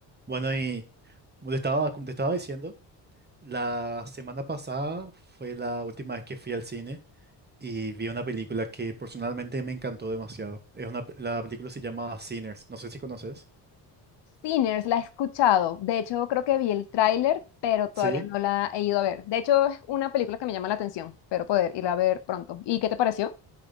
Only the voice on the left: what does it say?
Sinners, la he escuchado. De hecho, creo que vi el tráiler, pero
todavía no la he ido a ver. De hecho, es una película que me llama la atención, pero poder irla a ver pronto. ¿Y qué te pareció?